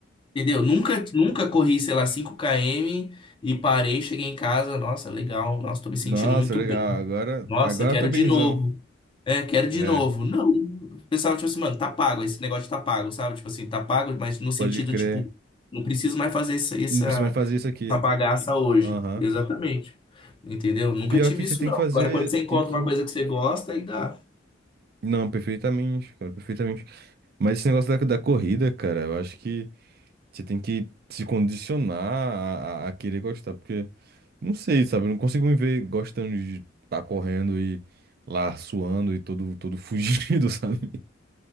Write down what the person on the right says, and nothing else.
Nossa,
legal.
Agora,
agora
eu tô benzão.
É,
pode crer.
Não precisa mais fazer isso aqui.
Aham.
Pior
que você
tem
que fazer.
Tem que.
Não, perfeitamente, cara, perfeitamente. Mas esse negócio da, da corrida, cara, eu acho que você tem que se condicionar a, a- a querer gostar, porque não sei, sabe? Eu não consigo me ver gostando de estar correndo e lá suando e todo, todo <laughs> fugido, sabe?